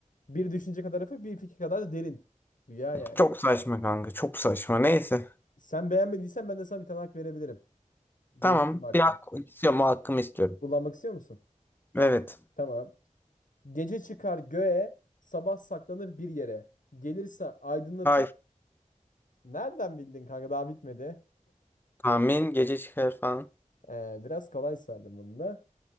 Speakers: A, on the left; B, on the left.
A: Bir düşünce kadar hafif, bir fikir kadar da derin. Rüya yani.
B: Çok saçma kanka. Çok saçma. Neyse.
A: Sen beğenmediysen ben de sana bir tane hak verebilirim. Değiştirme
B: Tamam.
A: hakkı.
B: Bir hak istiyorum. O hakkımı istiyorum.
A: Kullanmak istiyor musun?
B: Evet.
A: Tamam. Gece çıkar göğe, sabah saklanır bir yere. Gelirse aydınlatır.
B: Ay.
A: Nereden bildin kanka? Daha bitmedi.
B: Tahmin. Gece çıkar falan.
A: Ee, biraz kolay sardım bunu da.